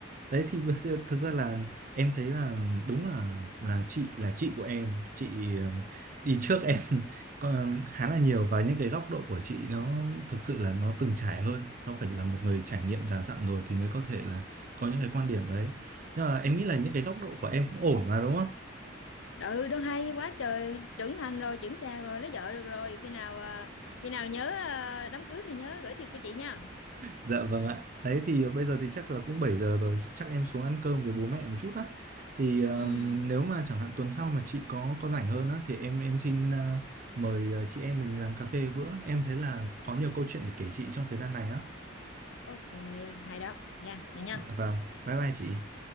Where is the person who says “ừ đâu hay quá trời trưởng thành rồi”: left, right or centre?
Left